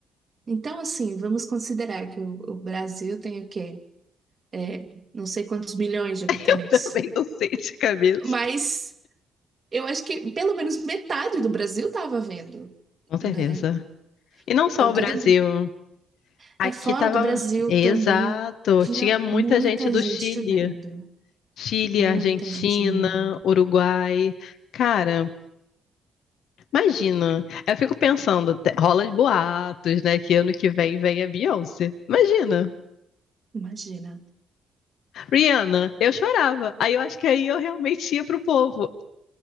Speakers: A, on the right; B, on the left.
A: Então, assim, vamos considerar que o, o Brasil tem o quê? É, não sei quantos milhões de habitantes,
B: <laughs> Também não sei de cabeça.
A: mas Eu acho que pelo menos metade do Brasil tava vendo,
B: Com certeza.
A: né?
B: E não só
A: Então
B: o
A: tudo
B: Brasil. Aqui
A: é fora
B: tava.
A: do Brasil
B: Exato.
A: também. Tinha
B: Tinha muita
A: muita
B: gente do
A: gente
B: Chile.
A: vendo,
B: Chile,
A: muita
B: Argentina,
A: gente vendo.
B: Uruguai. Cara, imagina. Eu fico pensando, te- rola os boatos, né? Que ano que vem vem a Beyoncé. Imagina.
A: Imagina.
B: Rihanna, eu chorava. Aí eu acho que aí eu realmente ia pro povo.